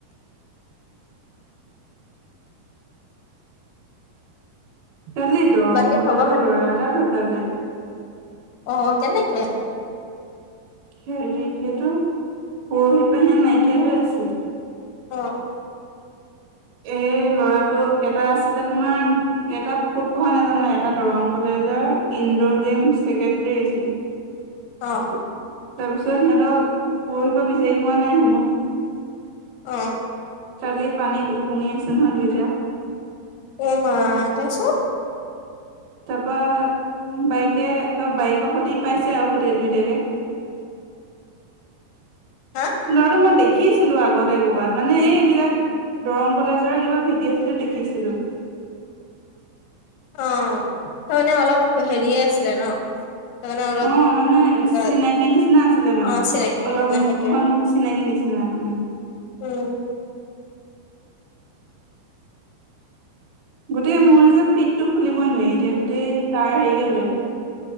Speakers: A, on the right; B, on the left.
A: কালি দৰং
B: বাকী
A: কলেজৰ
B: খবৰ খাতি
A: ল'ৰা এটা ঢুকালে।
B: অ অ কেনেকে?
A: হেৰি কিতু, পৰহি পৰা সিহ নাইকিয়া হৈ আছিল।
B: অ
A: এই ল'ৰাটো, এটা আছিলে তোমাৰ এটা ক'ত পঢ়া নোজানো, এটা দৰং কলেজৰ ইনডৰ গেম চেগেট ট্ৰী এছিলে।
B: অ
A: তাৰ পিছত সিহঁতক পৰহি পৰা বিচাৰি পোৱা নাই হেনো।
B: অঁ
A: কালি পানীত ওপঙি আছে নহয় দুইটা।
B: অঃ মা! তা'ছত?
A: তাপা, বাইকে অ বাইক সুদি পাইছে আঔ গোটেই দুইটাকে।
B: হা
A: লৰাটো মই দে শিকিছিলো আগতে ক'ৰবাত, মানে এইবিলাক দৰং কলেজৰ কিবা ভিডিঅ' চিডিঅ' দেখিছিলো।
B: অ তাৰমানে অলপ হেৰিয়ে আছিলে ন। তাৰমানে অলপ
A: অ মানে,
B: এনেকুৱা
A: চিনাকি নিচিনা আছিলে, মানে
B: অ চিনাকি
A: অলপ
B: নিচিনা
A: মুখখন
B: সেইটোৱে
A: চিনাকি নিচিনা উম।
B: অঁ।
A: গোটেই মোৰ যে ফি টো খুলিবই নোৱাৰি, এতিয়া গোটেই তাৰ হেৰিকে ওলাই থাকে।